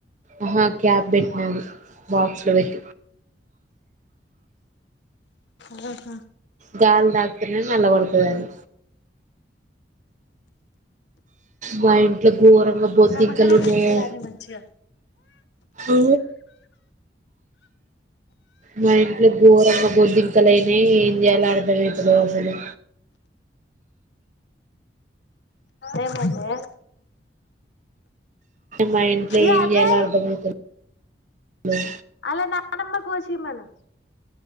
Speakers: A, on the right; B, on the left.
A: ఆహా క్యాప్ పెట్ అ బాక్స్లో పెట్టిన
B: ఆ హ
A: గాలి తాకితనే నల్లబడతది అది మా ఇంట్లో ఘోరంగా బొద్దింకలు
B: మామగారు
A: ఉన్నాయే
B: తింటాడానే మంచిగా
A: ఉ మా ఇంట్లో ఘోరంగా బొద్దింకలేనే ఏం చేయాలో అర్థమైత లేదు అసలు
B: ఏమైందే
A: మా ఇంట్లో
B: ఇగ
A: ఏం
B: అజయ్
A: చేయాలో అర్ధం అయితలేదు లే
B: వాళ్ళ నానమ్మను కోసి ఇయ్యమను